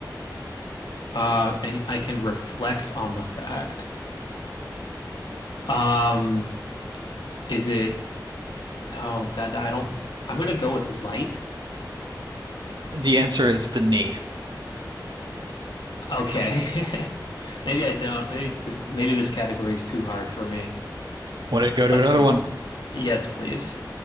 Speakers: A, on the left; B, on the right.
A: Uh, and I can reflect on the fact. Um, is it? Oh, that, that I don't. I'm gonna go with light.
B: The answer is the knee.
A: Okay. <laughs> Maybe I don't. Maybe this maybe this category is too hard for me.
B: Want to go to
A: Let's
B: another one?
A: yes, please.